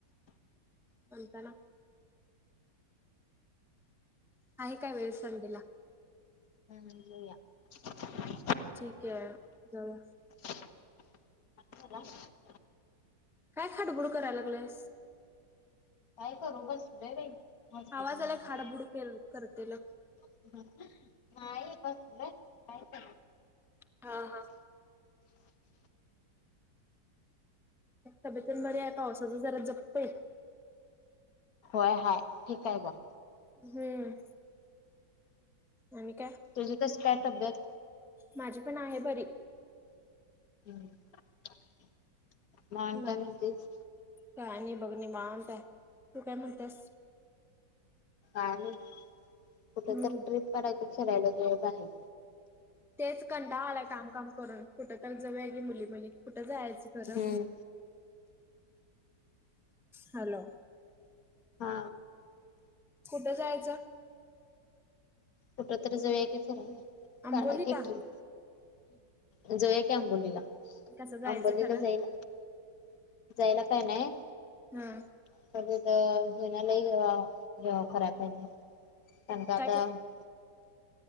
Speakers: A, in the centre; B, on the left.
A: <unintelligible> आहे काय वेळ संडेला?
B: <unintelligible>
A: ठीक आहे. <unintelligible>
B: <unintelligible>
A: काय खाटबुळ कराय लागलंयस.
B: काय करू बसलोय बाई. हॉस्पिटलमध्ये.
A: आवाज आला खाडबुड करतेल.
B: <unintelligible> बसलोय. काय करू?
A: हा. हा. तब्येत तेन बरी आहे, पावसाच जरा जप बाई.
B: होय हाय, ठीक आहे बघ.
A: हम्म.. आणि काय.
B: तुझी कसं, काय तब्येत.
A: माझी पण आहे बरी.
B: <inaudible> आणि काय
A: ना
B: म्हणतेस?
A: काय नाही बघ निवांत आहे तू काय म्हणत्यास.
B: आणि कुठे
A: हम्म
B: तर ट्रिप काढायचं फिरायला <unintelligible> जायचं.
A: तेच कंटाळ आलाय काम काम करून कुठं तर जऊया की मुली मुली कुठं जायचं खरं?
B: हम्म
A: हॅलो,
B: हा
A: कुठं जायचं.
B: कुठं तरी जाऊया की, फिरायला
A: आंबोलीला
B: काढा की ट्रीप. जावूया की आंबोलीला,
A: कसं जायचं
B: आंबोलीला
A: खरं
B: जाईला. जायला काय नाही.
A: हा.
B: तिथं <unintelligible> खराब
A: काय